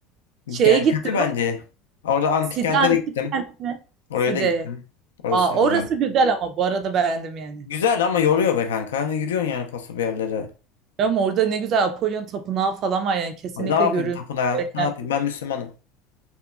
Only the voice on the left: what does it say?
Yani
kötü bence. Orada antik
kente
de gittim.
Oraya
da gittim. Orası
da güzel.
Güzel ama yoruyor be kanka. Yürüyorsun yani paso bir yerlere.
Abi ne yapayım
tapınağa?
Ne yapayım? Ben Müslümanım.